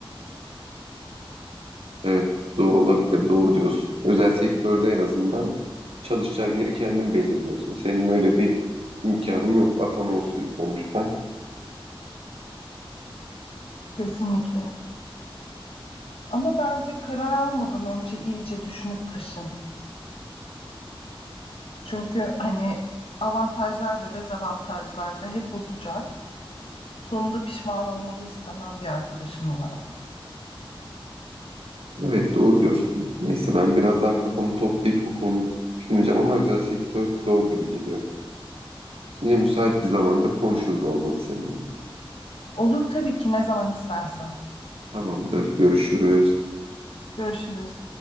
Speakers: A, on the right; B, on the left.
A: Evet, zor olabilir. Doğru diyorsun. Özel sektörde en azından çalışacağın yeri kendin belirliyorsun. Senin öyle bir imkanın yok. Atama usulü sonuçta.
B: Kesinlikle. Ama bence karar almadan önce iyice düşünüp taşın. Çünkü hani avantajlar da dezavantajlar da hep olacak. Sonunda pişman olmanı istemem bir arkadaşın olarak.
A: Evet, doğru diyorsun. Neyse ben biraz daha kafamı toplayıp bu konuyu düşüneceğim ama özel sektör zor gibi geliyor. Yine müsait bir zamanda konuşuruz olmadı seninle.
B: Olur tabii ki ne zaman istersen.
A: Tamamdır, görüşürüz.
B: Görüşürüz.